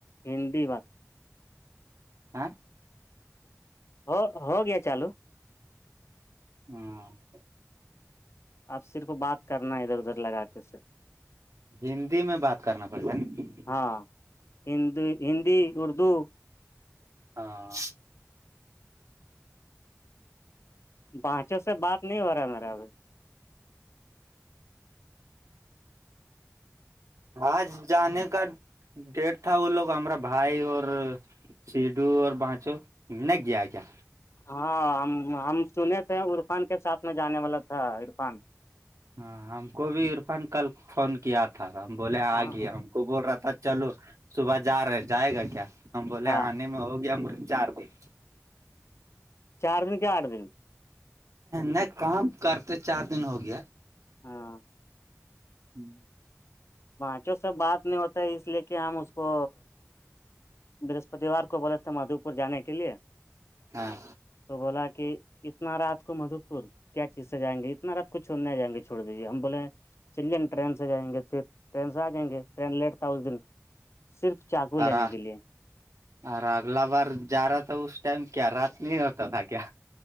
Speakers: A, on the left (about 55°); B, on the right (about 75°).
A: ہندی بات
B: ہاں
A: ہو ہو گیا چالو
B: ہاں
A: آپ صرف بات کرنا ہے ادھر ادھر لگا کے سے
B: ہندی میں بات کرنا پڑے گا نا
A: ہاں ہند ہندی اردو
B: ہاں
A: بانچوں سے بات نہیں ہو رہا ہے میرا ابھی
B: آج جانے کا ڈیٹ تھا وہ لوگ ہمارا بھائی اور سیڈو اور بانچو گیا کیا
A: ہاں ہم ہم سنے تھے عرفان کے ساتھ میں جانے والا تھا عرفان
B: ہاں ہم کو بھی عرفان کل فون کیا تھا ہم بولے
A: ہاں
B: آ گئے ہم کو بول رہا تھا چلو صبح جا رہے جائے گا کیا ہم بولے
A: ہاں
B: آنے میں ہو گیا م چار دن
A: چار دن کے آٹھ دن
B: نہیں کام کرتے چار دن ہو گیا
A: ہاں
B: ہوں <inaudible>
A: بانچو سب بات نہیں ہوتا ہے اس لیے کہ ہم اس کو برہسپتیوار کو بولے تھے مادو پور جے کے لیے
B: ہاں
A: تو بولا کہ اتنا رات کو مدو پور کیا چیز سے جیںے اتنا رات کچھ نہیں آ جیں گے چھوڑ دیجیے ہم بولیں چلیے نا ٹرین سے جائیں گے پھر ٹرین سے آ جائیں گے ٹرین لیٹ تھا اس دن صرف چاقو لینے
B: آر
A: کے لیے
B: ارے اگلا بار جا رہا تھا اس ٹائم کیا رات میں ہوتا تھا کیا